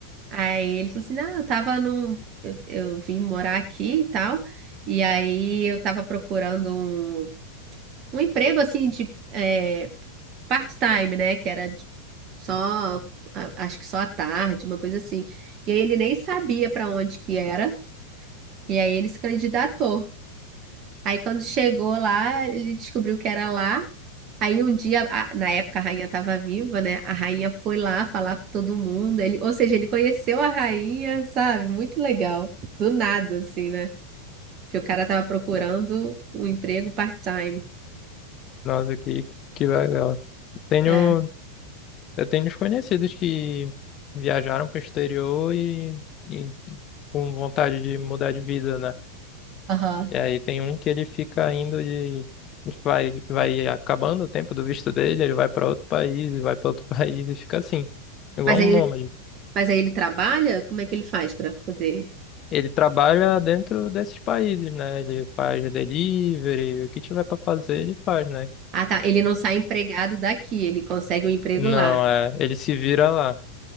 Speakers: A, on the right; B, on the left.
A: Aí ele falou assim: não, eu tava num. Eu, eu vim morar aqui e tal. E aí eu tava procurando um, um emprego assim de é, part-time, né? Que era de- só, a- acho que só à tarde, uma coisa assim. E aí ele nem sabia pra onde que era. E aí ele se candidatou. Aí quando chegou lá, ele descobriu que era lá. Aí um dia, a- na época a rainha estava viva, né? A rainha foi lá falar com todo mundo. Ele, ou seja, ele conheceu a rainha, sabe? Muito legal. Do nada, assim, né? Porque o cara tava procurando um emprego part-time.
B: Nossa, que, que legal. Tenho,
A: É.
B: eu tenho uns conhecidos que viajaram para o exterior e, e com vontade de mudar de vida, né?
A: Aham.
B: E aí tem um que ele fica indo e vai, vai acabando o tempo do visto dele, ele vai para outro país, e vai para outro <laughs> país e fica assim, igual
A: Mas
B: um
A: aí
B: nômade.
A: ele, mas aí ele trabalha? Como é que ele faz para poder?
B: Ele trabalha dentro desses países, né? Ele faz delivery, o que tiver pra fazer, ele faz, né?
A: Ah, tá. Ele não sai empregado daqui, ele consegue um emprego
B: Não,
A: lá.
B: é, ele se vira lá.